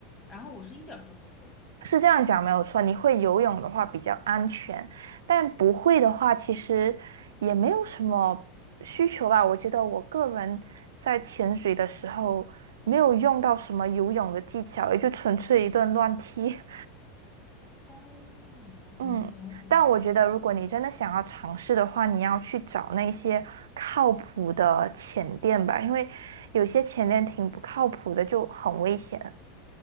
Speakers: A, on the left; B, on the right.
A: 然后我是一点儿都不会。
B: 是这样讲没有错，你会游泳的话比较安全，但不会的话其实也没有什么需求吧。我觉得我个人在潜水的时候没有用到什么游泳的技巧，也就纯粹一顿乱踢。<laughs>
A: 哦，你了解。
B: 嗯，但我觉得如果你真的想要尝试的话，你要去找那些靠谱的潜店吧，因为有些潜店挺不靠谱的，就很危险。